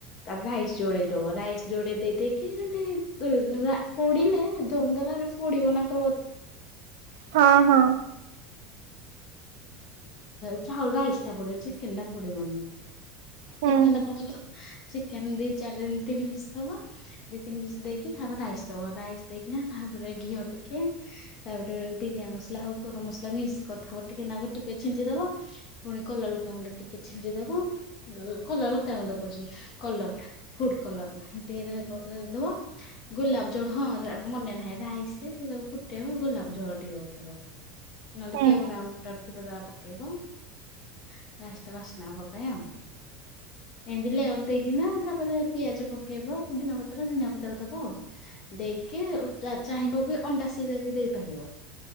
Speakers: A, on the left (about 40°); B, on the right (about 80°).
A: ତାପରେ ରାଇସ ଯୋଡ଼ାଏ ଦବ ରାଇସ ଯୋଡ଼ାଏ ଦେଇ ଦେଇକି <unintelligible> ପୋଡ଼ିଲେ ଦୋନ୍ଦୋଲା ରୁପୋଡ଼ିବନା ତ
B: ହଁ ହଁ।
A: <unintelligible> ଚାଉଳ ରାଇସ୍ ଟା ପଡିବ ଚିକେନ ଟା ପଡିବନି।
B: ହୁଁ
A: ଚିକେନ ଚିକେନ ଦି ଚାରି ତିନି ପିସ୍ ଦବା ଦି ତିନି ପିସ୍ ଦେଇକି ତାପରେ ରାଇସ୍ ଦବ ରାଇସ୍ ଦେଇକିନା ତାପରେ ଘିଅ ଟିକେ ତାପରେ ବିରିଆ ମସଲା ହଉ ଗରମ ମସଲା ମିସ୍ କଥା ଟିକେ ନାଗୁ ଟିକେ ଛିଞ୍ଚି ଦବ। ପୁଣି କଲର୍ ଲଗା ଗୁଣ୍ଡ ଟିକେ ଛିଞ୍ଚି ଦବ କଲର ଲଙ୍କ ଗୁଣ୍ଡ କହୁଛି କଲର୍ ଫୁଡ କଲର୍ ଟିକେ ନାଗୁରୁ ପକେଇ ଦବ ଗୋଲାପ ଜଳ ହଁ ମନେ ନାହିଁ ରାଇସ୍ ରେ ସବୁ ଫୁଟେଇବ ଗୋଲାପ ଜଳ ଟେଏ ପକେଇବ ନହେଲେ
B: ହୁଁ
A: କେଉ ରାଉ ତା ପକେଇବ ରାସ୍ତା ବାସ୍ନା ହବ ପାଇଁ ଆଉ। ଅଜିଲି ଦେଇକିନା ତାପରେ ପିଆଜ ପକେଇବ ପୁଦିନା ପତ୍ର ଧନିଆ ପତ୍ର ଦବା ଆଉ। ଦେଇକି ଚାହିଁବ ବି ଅଣ୍ଡା ସିଜା ବି ଦେଇପାରିବ।